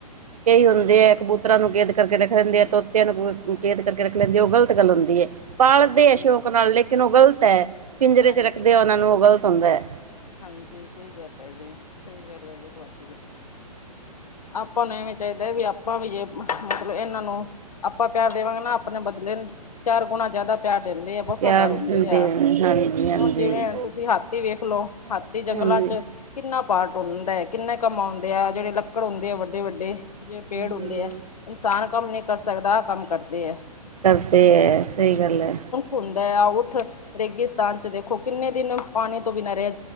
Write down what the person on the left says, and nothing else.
ਹਾਂਜੀ
ਹਾਂਜੀ
ਹਾਂਜੀ
ਹਾਂਜੀ ਸਹੀ ਗੱਲ ਐ ਜੀ, ਸਹੀ ਗੱਲ ਹੈ ਜੀ ਤੁਹਾਡੀ। ਆਪਾਂ ਨੂੰ ਇਵੇਂ ਚਾਹੀਦਾ ਵੀ ਆਪਾਂ ਵੀ ਜੇ ਮਤਲਬ ਏਨਾਂ ਨੂੰ ਆਪਾਂ ਪਿਆਰ ਦੇਵਾਂਗੇ ਨਾ, ਆਪਣੇ ਬਦਲੇ ਨੂੰ ਚਾਰ ਗੁਣਾ ਜਿਆਦਾ ਪਿਆਰ ਦਿੰਦੇ ਆ ਵਫ਼ਾਦਾਰ
ਹੁੰਦੇ
ਆ।
ਹੁਣ ਜਿਵੇਂ ਤੁਸੀਂ ਹਾਥੀ ਵੇਖ ਲੋ। ਹਾਥੀ
ਜੰਗਲਾਂ ਚ
ਕਿੰਨਾ ਭਾਰ ਡੂੰਦਾ ਐ ਕਿੰਨੇ ਕੰਮ ਆਉਂਦੇ ਆ ਜਿਹੜੇ ਲੱਕੜ ਹੁੰਦੇ ਆ ਵੱਡੇ ਵੱਡੇ-ਵੱਡੇ ਜਿਵੇਂ ਪੇੜ ਹੁੰਦੇ
ਐ, ਇਨਸਾਨ ਕੰਮ ਨਹੀਂ ਕਰ ਸਕਦਾ ਕੰਮ ਕਰਦੇ ਐ।
ਹੁੰਦਾ ਆ ਊਠ ਰੇਗਿਸਤਾਨ ਚ ਦੇਖੋ ਕਿੰਨੇ ਦਿਨ ਪਾਣੀ ਤੋਂ ਬਿਨਾ ਰਹ